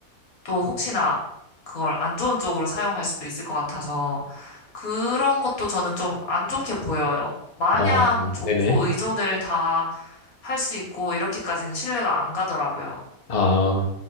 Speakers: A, on the left; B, on the left.
A: 또 혹시나 그걸 안 좋은 쪽으로 사용할 수도 있을 것 같아서 그런 것도 저는 좀 안 좋게 보여요. 마냥
B: 어,
A: 좋고
B: 네네.
A: 의존을 다 할 수 있고 이렇게까지는 신뢰가 안 가더라고요.
B: 아,